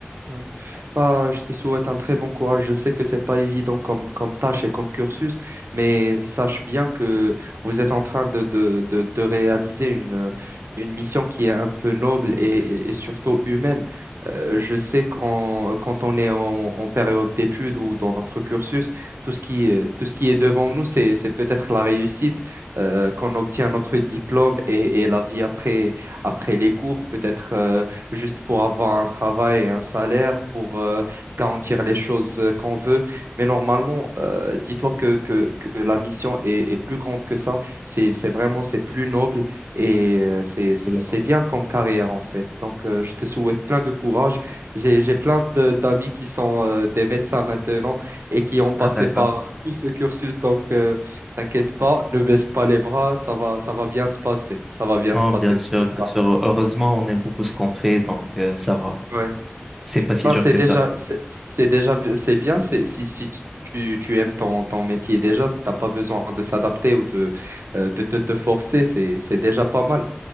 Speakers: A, on the right (about 70°); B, in the centre.
A: Ouais.
B: Ouais,
A: Bah, je te souhaite un très bon courage. Je sais que c'est pas évident comme, comme tâche et comme cursus, mais sache bien que vous êtes en train de, de, de, de réaliser une, une mission qui est un peu noble et, et- et surtout humaine. Euh, je sais quand, quand on est en, en période d'études ou dans notre cursus, tout ce qui, euh, tout ce qui est devant nous, c'est, c'est peut-être la réussite, euh, qu'on obtient notre diplôme et, et la vie après, après les cours, peut-être. euh, juste pour avoir un travail et un salaire, pour euh, garantir les choses euh, qu'on veut. Mais normalement, euh, dis-toi que, que, que la mission est, est plus grande que ça. C'est, c'est vraiment, c'est plus noble et euh, c'est, c'est
B: absolument.
A: bien comme carrière en fait. Donc, euh, je te souhaite plein de courage. J'ai, j'ai plein de- d'amis qui sont euh, des médecins maintenant et qui ont passé
B: Ah, d'accord.
A: par tout ce cursus. Donc, euh, t'inquiète pas, ne baisse pas les bras, ça va, ça va bien se passer. Ça va bien
B: Non,
A: se passer,
B: bien sûr,
A: t'inquiète
B: bien
A: pas.
B: sûr. Heureusement, on aime beaucoup ce qu'on fait, donc euh, ça va.
A: Ouais.
B: C'est pas si
A: Bah,
B: dur
A: c'est
B: que
A: déjà,
B: ça.
A: c'est c'est déjà, bi- c'est bien. C'est, si si tu, tu tu aimes ton, ton métier déjà, t'as pas besoin de s'adapter ou de, euh, de te, te forcer. C'est, c'est déjà pas mal.